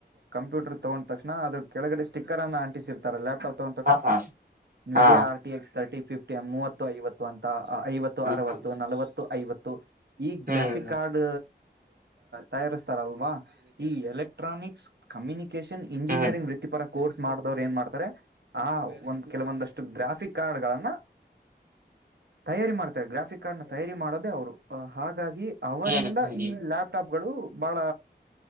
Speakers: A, on the right (about 75°); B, on the right (about 55°).
A: ಕಂಪ್ಯೂಟರ್ ತಗೊಂಡ್ ತಕ್ಷಣ ಆದ್ರ ಕೆಳಗ ಸಿಕ್ಕರ್ನ್ನು ಅಂಟಿಸಿರ್ತಾರೆಲ್ಯಾಪ್ಟಾಪ್
B: ಹಾ ಹಾ
A: ೋ video
B: ಹಾ
A: RT X thirty fifty ಮೂವತ್ತು ಐವತ್ತು ಅಂತ ಐವತ್ತು ಅರವತ್ತು
B: ಹಾ
A: ನಲವತ್ತು ಐವತ್ತು ಈ
B: ಹ್ಮ್
A: ಗ್ರಾಫಿಕ್ ಕಾರ್ಡ್ ತಯಾರಿಸ್ತಾರಲ್ವಾ ಈ ಎಲೆಕ್ಟ್ರಾನಿಕ್ಸ್ ಕಮ್ಯುನ ನ್
B: ಹ್ಮ್
A: ಇಂಜಿನಿಯರಿಂಗ್ ವೃತ್ತಿಪರ ಕೋರ್ಸ್ ಮಾಡಿದವ್ರು ಏನ್ ಮಾಡ್ತಾರೆ ಆ ಒಂದು ಕೆಲವೊಂದಷ್ಟು ಗ್ರಾಫಿಕ್ ಕಾರ್ಡ್ಗಳಗಳನ್ನ ತಯಾರಿ ಮಾಡ್ತಾರೆ ಗ್ರಾಫಿಕ್ ಕಾರ್ಡ್ನ ತಯಾರಿ ಮಾಡೋದೇ ಅವ್ರು ಹಾಗ ಹಾಗಾಗಿ ಅವರಿಂದ
B: ಹ್ಮ್ ಹ್ಮ್
A: ಈ ಲ್ಯಾಪ್ಟಾಪ್ ಗಳು ಬಹಳ